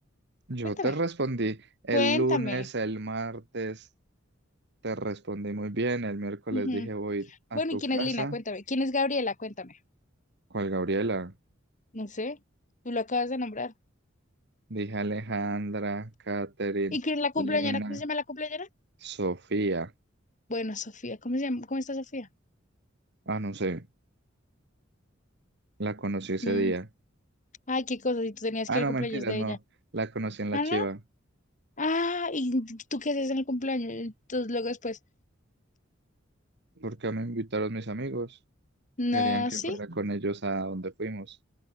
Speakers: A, on the right; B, on the left.
A: Yo
B: cuéntame,
A: te respondí el
B: cuéntame.
A: lunes, el martes, te respondí muy bien. El miércoles
B: Ujú.
A: dije voy a
B: Bueno,
A: tu
B: ¿y quién
A: casa.
B: es Lina? Cuéntame. ¿Quién es Gabriela? Cuéntame.
A: ¿Cuál Gabriela?
B: No sé, tú lo acabas de nombrar.
A: Dije Alejandra, Catherine,
B: ¿Y quién es la cumpleañera?
A: Lina,
B: ¿Cómo se llama la cumpleañera?
A: Sofía.
B: Bueno, Sofía, ¿cómo se llama? ¿Cómo está Sofía?
A: Ah, no sé, la conocí ese
B: Mm,
A: día.
B: Ay, qué cosa, si tú tenías
A: Ah,
B: que ir
A: no,
B: al cumpleaños
A: mentiras,
B: de
A: no,
B: ella.
A: la conocí en la
B: Ah,
A: Chiva,
B: no. Ah, ¿y tú qué haces en el cumpleaños? Entonces luego después,
A: porque me invitaron mis amigos.
B: no,
A: Querían que
B: sí.
A: fuera con ellos a donde fuimos.